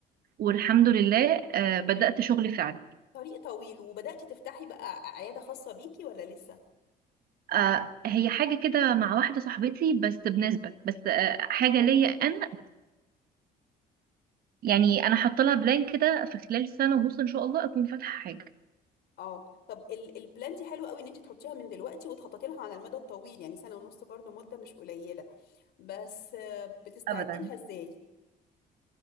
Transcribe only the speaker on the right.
والحمد لله آه، بدأت شغل فعلي
آه، هي حاجة كده مع واحدة صاحبتي بس بنسبة بس آه، حاجة
ليا أنا يعني أنا حاطة لها بلان كده في خلال سنة ونص إن شاء الله أكون فاتحة حاجة
أبدا